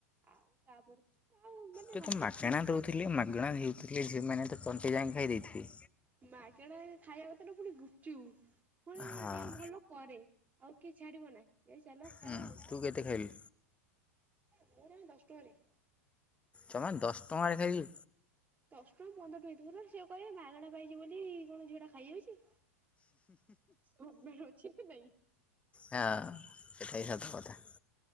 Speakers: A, on the right (about 20°); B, on the left (about 15°).
A: ଆଉ ତାପରେ ଆଉ ମାନେ
B: ତତେ
A: ହଠାତ୍
B: ମାଗଣା ଦଉଥିଲେ ମାଗଣା ହେଉଥିଲେ। ସେମାନେ ତ ତଣ୍ଟି ଯାଏଁ ଖାଇ ଦେଇଥିବେ।
A: ମାଗଣା ଖାଇବା କଥା ଟା ଫୁଣି ଗୁପଚୁପ ଫୁଣି
B: ହଁ
A: ଯିଏ ଭଲ କରେ ଆଉ କିଏ ଛାଡିବ ନା ଯାଇ ଚାଲ ଖାଅ
B: ହୁଁ
A: ଆଉ।
B: ତୁ କେତେ ଖାଇଲୁ?
A: ମୁଁ ଜମା ଦଶ ଟଙ୍କାରେ।
B: ଜମା ଦଶ ଟଙ୍କାରେ ଖାଇଲୁ।
A: ଦଶ ଟଙ୍କା ପନ୍ଦର ଟଙ୍କା ହେଇଥିବ। ନହେଲେ ସେ କହିବେ ମାଗଣା ପାଇଚି ବୋଲି କଣ ଝିଅଟା ଖାଇଯାଉଚି। ସବର ଅଛି କି ନା ନାଇଁ?
B: ହଁ ସେଟା ବି ସତ କଥା।